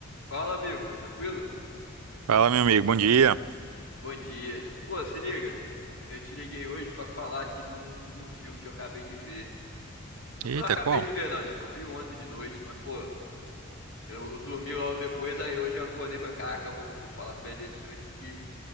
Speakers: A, on the left (about 65°); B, on the right (about 85°).
A: Fala, amigo, tranquilo?
B: Fala, meu amigo, bom dia.
A: Bom dia. Pô, se liga, eu te liguei hoje pra falar aqui de um, de um filme que eu acabei de ver. Não
B: Eita,
A: foi, não acabei
B: qual?
A: de ver, não, tipo, eu vi ontem de noite, mas, pô, eu dormi logo depois, aí hoje eu acordei e falei, caraca, eu vou, vou falar pra ele esse filme aqui que